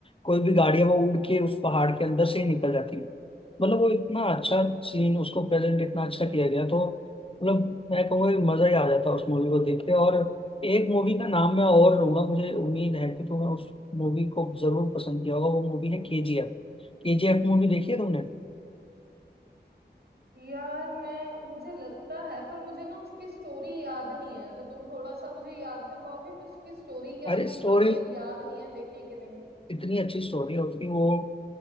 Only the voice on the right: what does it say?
यार मैं मुझे लगता है पर मुझे ना उसकी स्टोरी याद नहीं है तो तुम थोड़ा सा मुझे याद करवाओगे कि उसकी स्टोरी क्या
थी
पता नहीं अब याद नहीं है देखी कि नहीं